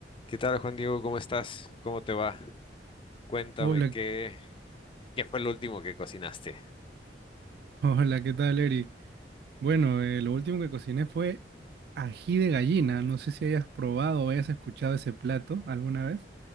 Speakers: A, on the left; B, on the right.
A: ¿Qué tal, Juan Diego? ¿Cómo estás? ¿Cómo te va? Cuéntame,
B: Hola,
A: ¿qué, qué fue el último que cocinaste?
B: <laughs> hola, ¿qué tal, Eric? Bueno, eh, lo último que cociné fue ají de gallina. No sé si hayas probado o hayas escuchado ese plato alguna vez.